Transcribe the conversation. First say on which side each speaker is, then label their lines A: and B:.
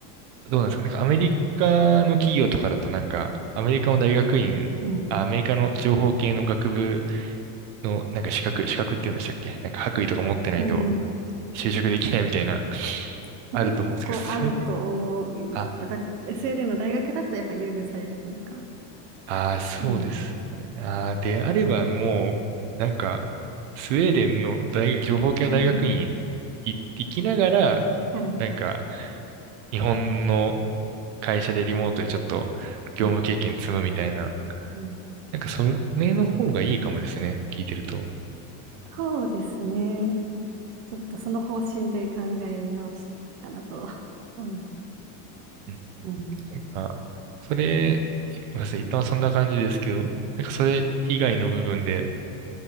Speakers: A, on the right; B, on the right.
A: どうなんですかなんかアメリカの企業とかだとなんか、アメリカの大学院、
B: うん。
A: あ、アメリカの情報系の学部のなんか資格、資格って言うんでしたっけなんか白衣とか持ってないと
B: うんうん。
A: 就職できないみたいな、
B: で結構あると思います。
A: あると思うんですけど、それ、あ、
B: やっぱり、スウェーデンの大学だとやっぱ優遇されるというか。
A: あー、そうですね。
B: うん。
A: あー、であればもう、なんか、スウェーデンの大学、情報系の大学院
B: <laughs>
A: 行ってきながら、
B: はい。
A: なんか、日本の会社でリモートでちょっと業務経験積むみたいな、
B: はい。うん。
A: なんかそれの方がいいかもですね。聞いてると。
B: そうですね。ちょっとその方針で考え直してみようかなと思います。
A: うん。
B: うん。
A: なんか、それ、ごめんなさい。一旦はそんな感じですけど、なんかそれ以外の部分で、